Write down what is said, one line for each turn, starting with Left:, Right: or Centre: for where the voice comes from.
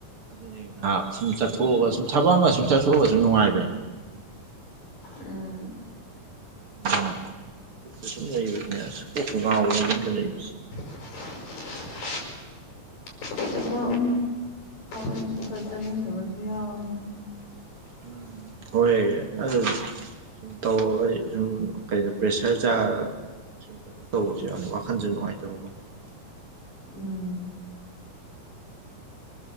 Right: ꯑꯗꯨꯅꯦ ꯉꯏꯍꯥꯛ ꯁꯨꯝ ꯆꯠꯊꯣꯛꯑꯒ ꯁꯨꯝ ꯊꯥꯕꯛ ꯑꯃ ꯁꯨꯝ ꯆꯠꯊꯣꯛ ꯑꯒꯁꯨꯨꯝ ꯅꯨꯡꯉꯥꯏꯕꯅꯤ
Left: ꯎꯝ
Right: ꯑꯗꯨꯅ ꯌꯨꯝꯗ ꯁꯨꯝ ꯂꯩꯕꯁꯨꯅꯦ ꯀꯣꯛꯀ ꯉꯥꯎꯕꯅꯤ ꯌꯨꯝꯗ ꯂꯩꯕꯁꯤ
Left: <unintelligible> ꯊꯥꯕꯛ <unintelligible> ꯑꯃꯨꯛꯀ ꯆꯠꯅꯤꯡꯗꯕꯁꯨ ꯌꯥꯎꯋꯦ
Right: ꯎꯝ ꯍꯣꯏ ꯑꯗꯨꯗꯤ ꯁꯨꯝ ꯇꯧꯔꯒ ꯁꯨꯝ ꯀꯩꯗꯣ ꯄ꯭ꯔꯦꯁꯔ ꯆꯥꯔꯒ ꯁꯨꯝ ꯀꯩꯅꯣ ꯇꯧꯕꯁꯨ ꯌꯥꯕꯅꯤ ꯋꯥꯈꯟꯁꯨ ꯅꯨꯡꯉꯥꯏꯇꯕꯀꯣ
Left: ꯎꯝ